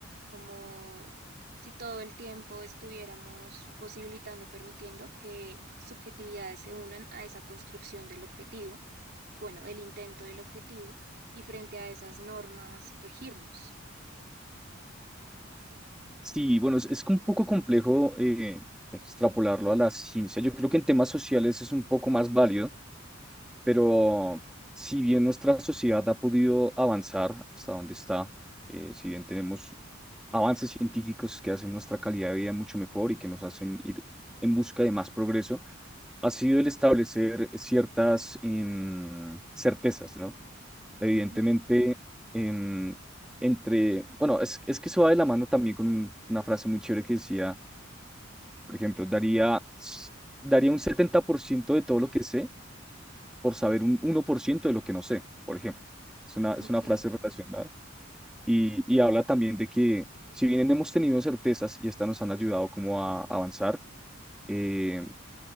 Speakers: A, on the right (about 50°); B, in the centre.
A: como si todo el tiempo estuviéramos posibilitando, permitiendo que subjetividades se unan a esa construcción del objetivo, bueno, el intento del objetivo, y frente a esas normas regirnos.
B: Sí, bueno, es, es un poco complejo eh, extrapolarlo a la ciencia. Yo creo que en temas sociales es un poco más válido, pero si bien nuestra sociedad ha podido avanzar hasta donde está, eh, si bien tenemos avances científicos que hacen nuestra calidad de vida mucho mejor y que nos hacen ir en busca de más progreso, ha sido el establecer ciertas em, certezas, ¿no? Evidentemente,
A: Ujú,
B: em, entre, bueno, es, es que eso va de la mano también con un- una frase muy chévere que decía, por ejemplo, daría, s- daría un 70% de todo lo que sé por saber un uno por ciento de lo que no sé, por ejemplo. Es una, es
A: ok,
B: una frase relacionada y, y habla también de que si bien hemos tenido certezas y estas nos han ayudado como a avanzar, eh,